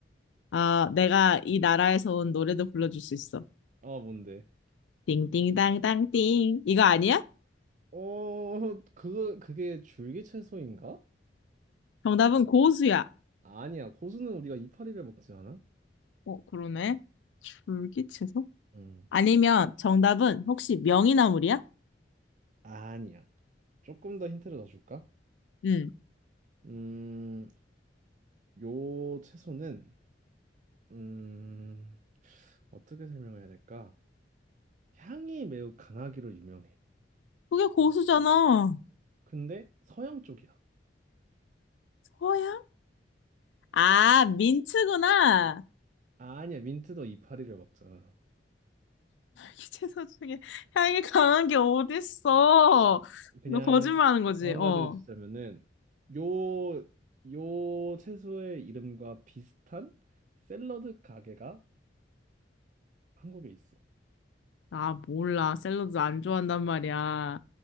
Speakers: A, on the left; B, on the right.
A: 아, 내가 이 나라에서 온 노래도 불러줄 수 있어.
B: 어, <laughs> 뭔데?
A: 띵띵땅땅띵. 이거 아니야?
B: 어, 그거, 그게 줄기 채소인가?
A: 정답은 고수야.
B: 아니야. 고수는 우리가 이파리를 먹지 않아?
A: 어, 그러네. 줄기채소?
B: 음,
A: 아니면 정답은 혹시 명이나물이야?
B: 아니야. 조금 더 힌트를 더 줄까?
A: 응.
B: 음, 요 채소는, 음, 어떻게 설명해야 될까? 향이 매우 강하기로 유명해.
A: 그게 고수잖아.
B: 근데 서양 쪽이야.
A: 서양? 아, 민트구나.
B: 아니야, 민트도 이파리를 먹잖아.
A: 줄기채소 중에 향이 강한 게 어딨어.
B: 그냥
A: 너 거짓말하는 거지?
B: 더한
A: 어.
B: 가지를 주자면은 요, 요 채소의 이름과 비슷한 샐러드 가게가 한국에 있어.
A: 아, 몰라. 샐러드 안 좋아한단 말이야.